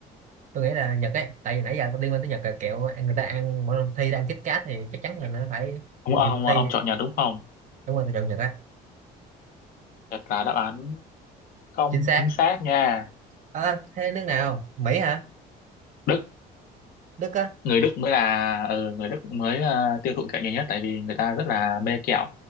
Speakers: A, on the right; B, on the left.
A: tôi nghĩ là Nhật ấy tại vì nãy giờ tôi liên quan tới Nhật là kiểu ăn- người ta ăn mỗi lần thi đang kít cát thì chắc chắn là nó phải
B: ông
A: nhiều
B: ông
A: người thi
B: ông chọn Nhật đúng không
A: đúng rồi tôi chọn Nhật á
B: Nhật là đáp án không
A: chính xác
B: chính xác nha
A: ờ thế nước nào Mỹ hả
B: Đức
A: Đức á
B: người Đức mới là ừ, người Đức mới ờ, tiêu thụ kẹo nhiều nhất tại vì người ta rất là mê kẹo